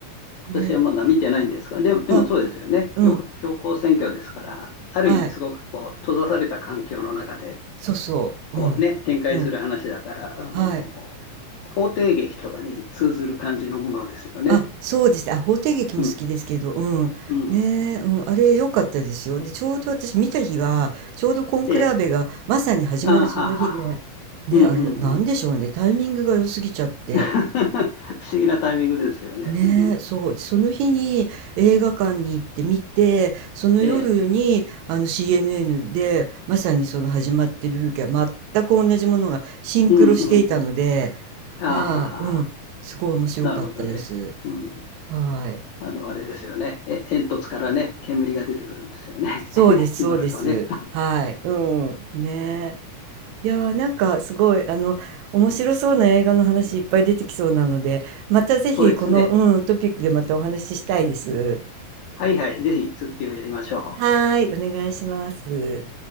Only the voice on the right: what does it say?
ね、
あ、うん、
はい、
そうそう、
うん、
うん、
はい。
あ、そうですね。あ、法廷劇も好きですけど、
うん。
ねえ、うん、あれ良かったですよ。で、ちょうど私見た日が、ちょうどコンクラーベがまさに始まるその日で、
ね、
あれ、
なんでしょうね。
タイミングが良すぎちゃって。
ねえ、
そう。その日に映画館に行って見て、その夜に、
あの CNN で、まさにその始まってる風景は全く同じものがシンクロしていたので、
はい、うん。すごい面白かったです。
はい。
そうです、
そうです。はい。うん。ねえ。いやー、なんかすごい、あの、面白そうな映画の話いっぱい出てきそうなので、またぜひこの、
うん、トピックでまたお話ししたいです。
はーい、お願いします。